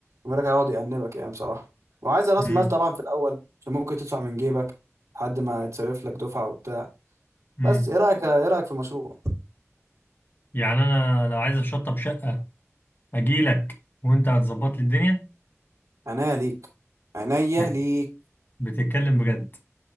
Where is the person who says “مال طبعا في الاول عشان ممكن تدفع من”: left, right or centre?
Right